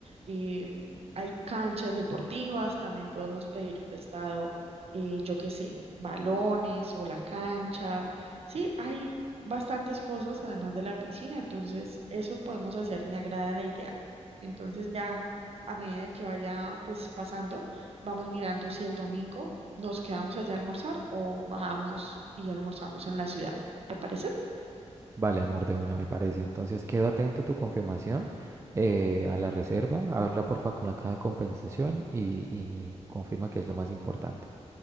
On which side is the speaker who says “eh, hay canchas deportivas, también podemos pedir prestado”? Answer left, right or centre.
Right